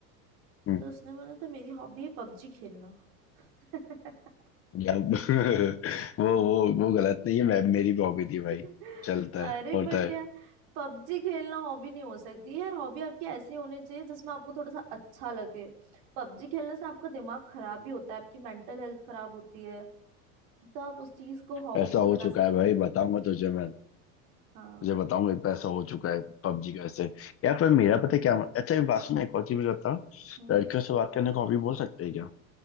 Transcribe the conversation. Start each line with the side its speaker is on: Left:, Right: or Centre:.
Left: हम्म,
Right: तो उसने बोला था मेरी हॉबी है पबजी खेलना <laughs>
Left: गलत <laughs> वो वो वो गलत नहीं है मैं मेरी भी हॉबी थी
Right: <laughs>
Left: भाई चलता
Right: अरे
Left: है होता
Right: बट
Left: है
Right: यार पबजी खेलना हॉबी नहीं हो सकती यार हॉबी आपकी ऐसी होनी चाहिए जिसमें आपको थोड़ा सा अच्छा लगे पबजी खेलने से आपका दिमाग खराब भी होता है आपकी मेंटल हेल्थ खराब होती है तो आप उस चीज को हॉबी
Left: ऐसा
Right: नहीं
Left: हो
Right: बना
Left: चुका
Right: सकते
Left: है भाई बताऊंगा तुझे मैं
Right: हाँ
Left: तुझे बताऊंगा एक पैसा हो चुका है पबजी का ऐसे यार पर मेरा पता है क्या अच्छा एक बात सुन एक और चीज मुझे बता
Right: हम्म
Left: लड़कियों से बात करने को हॉबी बोल सकते हैं क्या